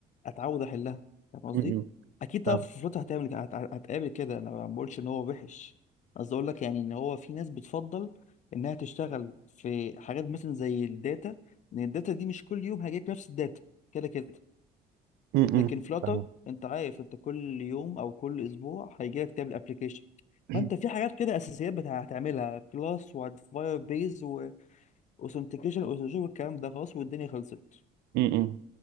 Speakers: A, on the left; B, on the right.
A: اتعود احلها فاهم قصدي
B: م- م.
A: اكيد طبعا
B: فاهم
A: في فلوتها هتعمل هت- هتقابل كده انا ما بقولش ان هو وحش قصدي اقول لك يعني ان هو في ناس بتفضل انها تشتغل في حاجات مثلا زي الداتا لان الداتا دي مش كل يوم هيجيلك نفس الداتا كده كده
B: م-
A: لكن
B: م.
A: فلاتر
B: فاهم
A: انت عارف انت كل يوم او كل اسبوع هيجيلك تعمل ابلكيشن
B: <clears throat>
A: فانت في حاجات كده اساسيات بتاع- هتعملها كلاس وهتفاير بيز اوثنتيكيشن واوثنتيكيشن والكلام ده خلاص والدنيا خلصت
B: م- م.